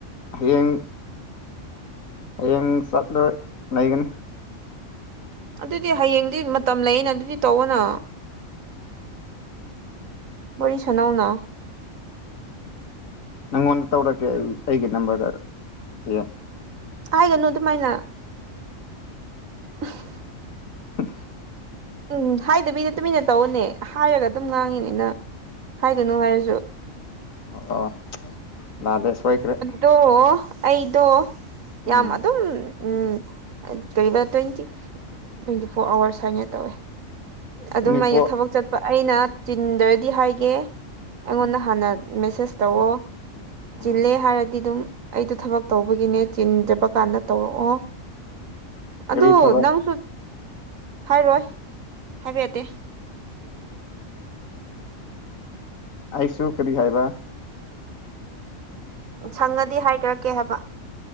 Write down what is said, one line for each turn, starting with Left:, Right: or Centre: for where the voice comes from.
Left: ꯍꯌꯦꯡ ꯍꯌꯦꯡ ꯆꯠꯂꯣꯏ ꯂꯩꯒꯅꯤ
Right: ꯑꯗꯨꯗꯤ ꯍꯌꯦꯡꯗꯤ ꯃꯇꯝ ꯂꯩꯌꯦꯅ ꯑꯗꯨꯗꯤ ꯇꯧꯒꯅ ꯋꯥꯔꯤ ꯁꯥꯟꯅꯥꯧꯅ
Left: ꯅꯪꯉꯣꯟꯗ ꯇꯧꯔꯛꯀꯦ ꯑꯩ ꯑꯩꯒꯤ ꯅꯝꯕꯔꯗ ꯑꯦ
Right: ꯍꯥꯏꯒꯅꯨ ꯑꯗꯨꯃꯥꯏꯅ <unintelligible>
Left: <unintelligible>
Right: ꯎꯝ ꯍꯥꯏꯗ ꯃꯤꯅ ꯇꯨꯃꯤꯟꯅ ꯇꯧꯅꯦ ꯍꯥꯏꯔꯒ ꯑꯗꯨꯝ ꯉꯥꯡꯉꯤꯅꯤꯅ ꯍꯥꯏꯒꯅꯨ ꯍꯥꯏꯔꯁꯨ
Left: ꯑꯣ ꯑꯣ ꯌꯥꯗꯦ ꯁꯣꯏꯈꯔꯦ
Right: ꯑꯣ ꯑꯩꯗꯣ
Left: ꯎꯝ
Right: ꯌꯥꯝ ꯑꯗꯨꯝ ꯎꯝ ꯀꯩꯕ ꯇ꯭ꯋꯦꯟꯇꯤ ꯇ꯭ꯋꯦꯟꯇꯤ ꯐꯣꯔ ꯑꯋꯔꯁ ꯍꯥꯏꯅ ꯇꯧꯋꯦ ꯑꯗꯨꯃꯥꯏꯅ
Left: ꯇ꯭ꯋꯦꯟꯇꯤ ꯐꯣꯔ
Right: ꯊꯕꯛ ꯆꯠꯄ ꯑꯩꯅ ꯆꯤꯟꯗ꯭ꯔꯗꯤ ꯍꯥꯏꯒꯦ ꯑꯩꯉꯣꯟꯗ
Left: ꯎꯝ
Right: ꯍꯥꯟꯅ ꯃꯦꯁꯦꯁ ꯇꯧꯑꯣ
Left: ꯎꯝ
Right: ꯆꯤꯜꯂꯦ ꯍꯥꯏꯔꯗꯤ ꯗꯤ ꯑꯗꯨꯝ ꯑꯩꯗꯣ ꯊꯕꯛ ꯇꯧꯕꯒꯤꯅꯦ ꯆꯤꯟꯖꯕ ꯀꯥꯟꯗ ꯇꯧꯔꯛꯑꯣ
Left: ꯀꯔꯤ
Right: ꯑꯗꯨ
Left: ꯊꯕꯛ
Right: ꯅꯪꯁꯨ ꯍꯥꯏꯔꯣꯏ ꯍꯥꯏꯕꯥ ꯌꯥꯇꯦ
Left: ꯑꯩꯁꯨ ꯀꯔꯤ ꯍꯥꯏꯕꯔ꯭ <inaudible>
Right: ꯁꯪꯉꯗꯤ ꯍꯥꯏꯈꯔꯛꯀꯦ ꯍꯥꯏꯕ